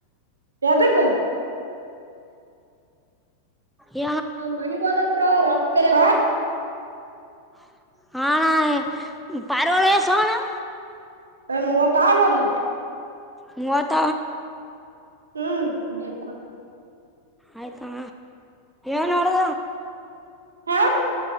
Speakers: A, on the right; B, in the centre.
A: ಯದಕ್ಕ
B: ಹ
A: ನಾನ್ ಮನೆಗೊಬೇಕು ಬ್ರೋ ಅವ್ರ ಅಪ್ಪ ಬೇರೆ
B: ಹ ಅಣ್ಣ ಪರಿವಳ ಎ ಸೋಣ ಅಣ್ಣ
A: ಲ್ಲ ಮತ ಆ ನೋಡೆ
B: ಮೂವತ್ತ
A: ಹ್ಮ್ ಎಡು ಕೊಡತ
B: ಆಯ್ತಾ ಏನು ನೋಡ್ದ
A: ಹಾ